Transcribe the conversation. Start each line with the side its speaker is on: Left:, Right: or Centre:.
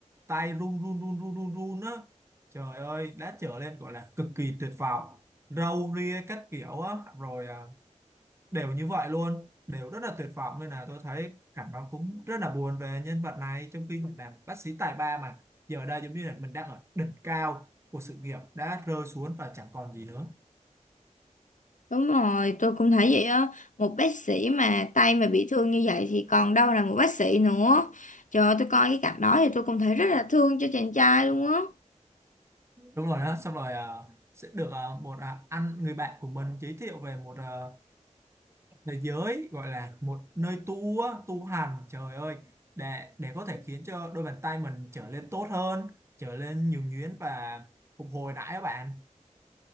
Right: tay run run run run run run á trời ơi đã trở lên gọi là cực kỳ tuyệt vọng râu ria các kiểu á rồi à, đều như vậy luôn đều rất là tuyệt vọng nên là tôi thấy cảnh báo cũng rất là buồn về nhân vật này trong khi mình làm bác sĩ tài ba mà giờ đây giống như là mình đang ở đỉnh cao của sự nghiệp đã rơi xuống và chẳng còn gì nữa
Left: Đúng rồi, tôi cũng thấy vậy á. Một bác sĩ mà tay mà bị thương như vậy thì còn đâu là một bác sĩ nữa. Trời ơi, tôi coi cái cảnh đó thì tôi cũng thấy rất là thương cho chàng trai luôn á.
Right: đúng rồi đó xong rồi à, sẽ được à, một à, anh người bạn của mình giới thiệu về một à, thế giới gọi là một nơi tu á, tu hành trời ơi để để có thể khiến cho đôi bàn tay mình trở lên tốt hơn trở lên nhuần nhuyễn và phục hồi lại các bạn